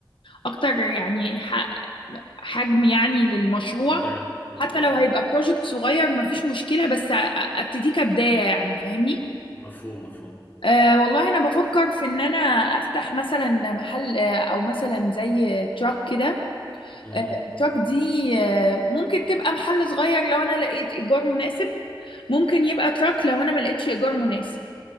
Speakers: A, on the left; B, on the left.
A: اكتر يعني ح- حجم يعني للمشروع
B: اوكي اوكي
A: حتى لو هيبقى بروجكت صغير مفيش مشكلة بس أ- ابتديه كبداية يعني فاهمني
B: مفهوم مفهوم
A: أه والله انا بفكر في ان انا افتح مثلا محل آه، او مثلا زي تراك كده
B: مهم.
A: آه، التراك دي آه، ممكن تبقى محل صغير لو انا لقيت ايجار مناسب ممكن يبقى تراك لو انا ما لقيتش ايجار مناسب